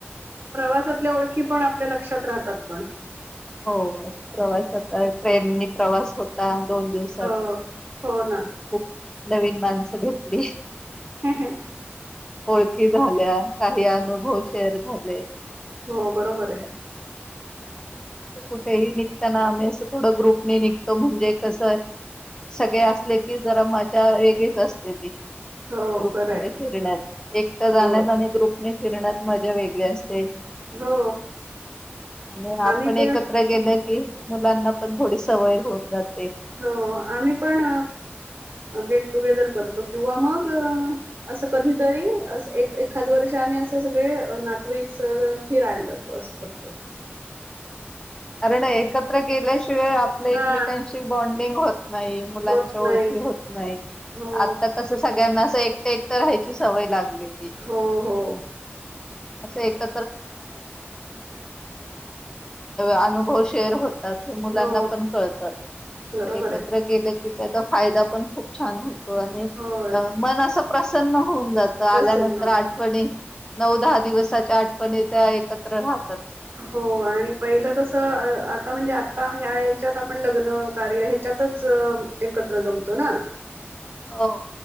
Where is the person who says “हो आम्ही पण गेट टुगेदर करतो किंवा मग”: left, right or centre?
Right